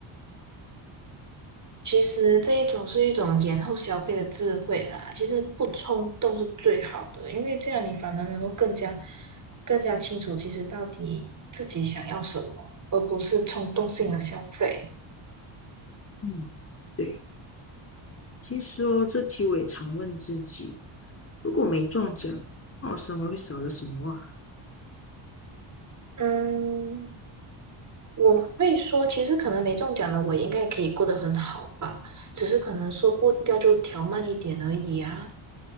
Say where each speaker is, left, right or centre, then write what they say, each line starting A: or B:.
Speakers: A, on the right; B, on the left.
A: 其实这一种是一种延后消费的智慧啦。其实不冲动是最好的，因为这样你反而能够更加、更加清楚，其实到底自己想要什么，而不是冲动性的消费。
B: 嗯，对，其实哦，这题我也常问自己，如果没中奖，那我生活会少了什么啊？
A: 嗯，我会说，其实可能没中奖的我应该也可以过得很好吧，只是可能说步调就调慢一点而已啊。